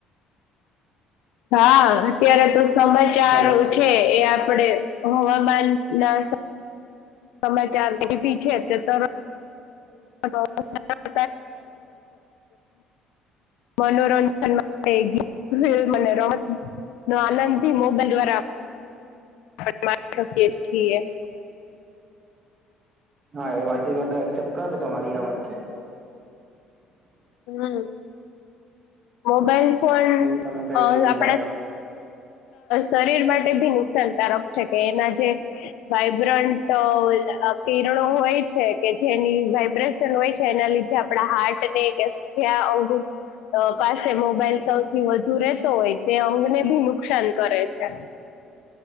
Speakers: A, on the left; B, on the right.
A: હા અત્યારે તો સમાચારો
B: હેલો
A: <unintelligible> છે એ આપડે હવામાન ના સમાચાર લેતી છે તે તર <inaudible> મનોરંજનમાં માં <unintelligible> રમત ન આનંદથી મોબાઈલ વરા આપરી <unintelligible> શફ છીએ
B: હા એ વાત મેં તો એક્સેપ્ટ કરું તમારી આ વાતથી
A: હમ્મ. મોબાઈલ પણ
B: કે તમે કઈ
A: અ
B: કે મોબાઈલ
A: આપણા શરીર માટે ભી નુકસાનકારક છે કે એના જે વાઈબ્રન્ટ કિરણો હોય છે કે જેની વાયબ્રેશન હોય છે એના લીધે આપણા હાર્ટ ને કે જે અંગ પાસે મોબાઈલ સૌથી વધુ રેતો હોય તે અંગને ભી નુક નુકસાન કરે છે.